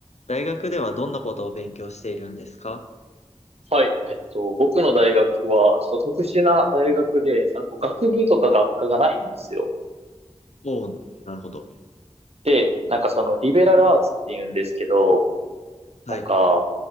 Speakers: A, on the left; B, on the right.
A: 大学ではどんなことを勉強しているんですかは
B: はい。えっと、僕の大学は、ちょっと特殊な大学で、あの、こう学部とか学科がないんですよ。
A: いおおなるほど。
B: で、なんかその、リベラルアーツって言うんですけど、
A: はい。
B: なんか、